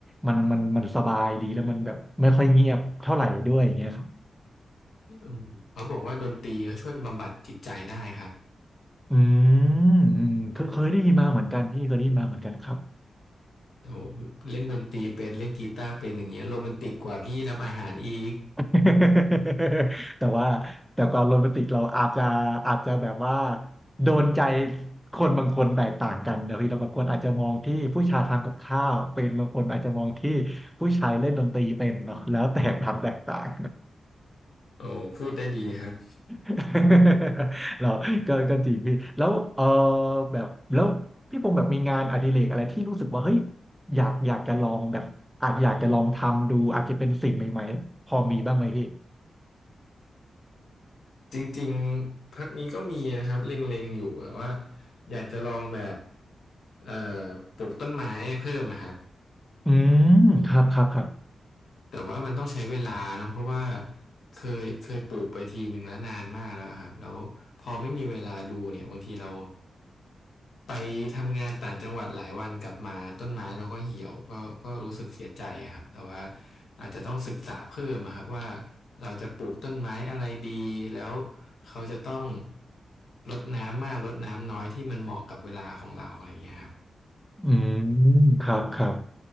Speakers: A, in the centre; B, on the left.
A: มันมันมันสบายดีแล้วมันแบบไม่ค่อยเงียบเท่าไหร่ด้วยอย่างเงี้ยครับ
B: <laughs> อืมเขาบอกว่าดนตรีเขาช่วยบำบัดจิตใจได้ครับ
A: อืมอืมเคยเคยได้ยินมาเหมือนกันพี่เคยได้ยินมาเหมือนกันครับ
B: อืมโอ้โหเล่นดนตรีเป็นเล่นกีตาร์เป็นอย่างเงี้ยโรแมนติกกว่าพี่ทำอาหารอีก
A: <laughs> แต่ว่าแต่ความโรแมนติกเราอาจจะอาจจะแบบว่าโดนใจคนบางคนแตกต่างกันนะพี่แล้บางคนอาจจะมองที่ผู้ชายทำกับข้าวเป็นบางคนอาจจะมองที่ผู้ชายเล่นดนตรีเป็นเนาะแล้วแต่ความแตกต่าง
B: โอ้พูดได้ดีครับ
A: <laughs> เราก็ก็จริงพี่แล้วเออแบบแล้วพี่พงษ์แบบมีงานอดิเรกอะไรที่รู้สึกว่าเฮ้ยอยากอยากจะลองแบบอาจอยากจะลองทำดูอาจจะเป็นสิ่งใหม่ๆพอมีบ้างไหมพี่
B: จริงๆ พักนี้ก็มีนะครับเล็งๆอยู่แต่ว่าอยากจะลองแบบเอ่อปลูกต้นไม้เพิ่มอะครับ
A: อืมครับครับครับ
B: แต่ว่ามันต้องใช้เวลาเนาะเพราะว่าเคยเคยปลูกไปทีหนึ่งแล้วนานมากแล้วครับแล้วพอไม่มีเวลาดูเนี่ยบางทีเราไปทำงานต่างจังหวัดหลายวันกลับมาต้นไม้เราก็เหี่ยวก็ก็รู้สึกเสียใจอะครับแต่ว่าอาจจะต้องศึกษาเพิ่มอะครับว่าเราจะปลูกต้นไม้อะไรดีแล้วเขาจะต้องรดน้ำมากรดน้ำน้อยที่มันเหมาะกับเวลาของเราอะไรเงี้ยครับ
A: อืมครับครับ